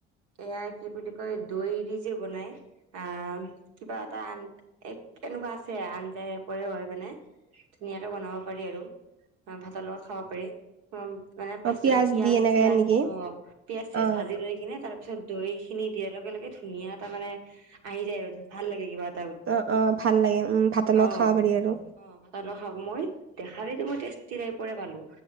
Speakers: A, on the right; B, on the right.
A: এয়া কি বুলি কয় দৈ, দি যে বনাই অ কিবা এটা আন এক এনেকুৱা আছে আঞ্জাইপৰে হয় মানে ধুনীয়াকে বনাব পাৰি আৰু ভাতৰ লগত খাব পাৰি। অ মানে ফাৰতে
B: অ,
A: পিয়াজ
B: দি এনেকে
A: চিয়াজ
B: নেকি?
A: অ পিয়াজ চিয়াজ
B: অ,
A: ভাজি লৈ কিনে তাৰ পিছত দৈ, খিনি দিয়াৰ লগে লগে ধুনীয়া এ তটা মানে আহি যায় আৰু ভাল লাগে কিবা। এটা
B: অ অ ভাল, লাগে উম ভাতৰ লগত
A: অ
B: খাব পাৰি আৰু
A: অ ভাত লগ খাওঁ মই দেখালো মই টেষ্টি টাইপৰে পালো